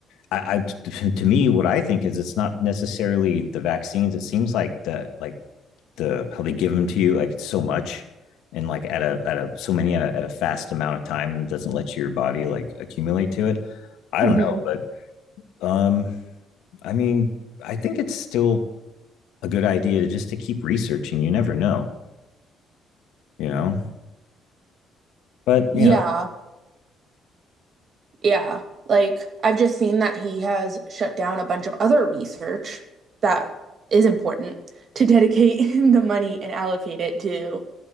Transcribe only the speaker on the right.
hmm
Yeah.
Yeah, like I've just seen that he has shut down a bunch of other research that is important to dedicate <laughs> the money and allocate it to